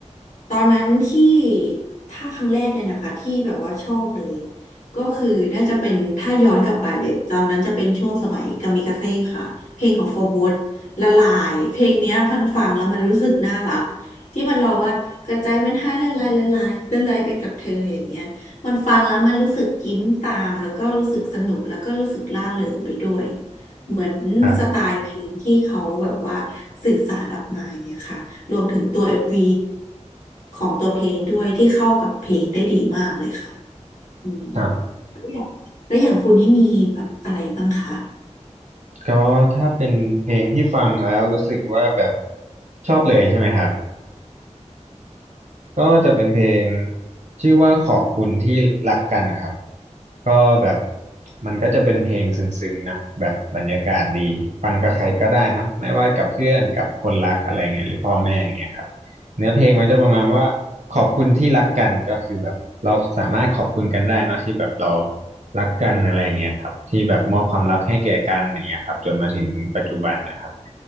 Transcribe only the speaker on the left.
ตอนนั้นที่ถ้าครั้งแรกเลยนะคะที่แบบว่าชอบเลยก็คือน่าจะเป็นถ้าย้อนกลับไปเลยตอนนั้นจะเป็นช่วงสมัยกามิกาเซ่ค่ะเพลงของโฟร์บูทละลายเพลงเนี้ยพันฟังแล้วมันรู้สึกน่ารักที่มันร้องว่ากระจายมันให้ละลายละลายละลายไปกับเธออย่างเงี้ยมันฟังแล้วมันรู้สึกยิ้มตามแล้วก็รู้สึกสนุกแล้วก็รู้สึกร่าเริงไปด้วย เหมือนสไตล์เพลงที่เขาแบบว่าสื่อสารออกมาอย่างเงี้ยค่ะรวมถึงตัวเอ็มว
v ของตัวเพลงด้วยที่เข้ากับเพลงได้ดีมากเลยค่ะอืม
แล้วอย่างแล้วอย่างคุณนี่มีแบบอะไรบ้างคะ